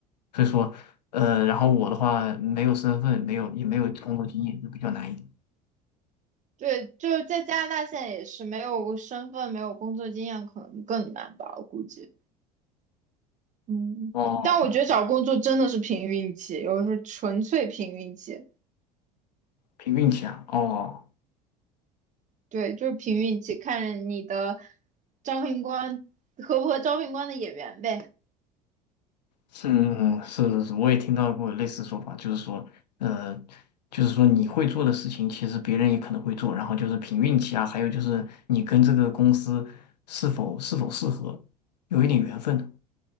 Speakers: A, on the left (about 80°); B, on the right (about 35°).
A: 所以说呃，然后我的话没有身份，没有也没有工作经验，就比较难一点。
B: 对，就是在加拿大现在也是没有身份、没有工作经验，可能更难吧，我估计。嗯，
A: 哦，
B: 但我觉得找工作真的是凭运气，有的时候纯粹凭运气。
A: 凭运气啊。哦，
B: 对，就是凭运气，看你的招聘官合不合招聘官的眼缘呗。
A: 是，嗯是是是，我也听到过类似说法，就是说，呃，就是说你会做的事情，其实别人也可能会做，然后就是凭运气啊，还有就是你跟这个公司是否是否适合，有一点缘分的。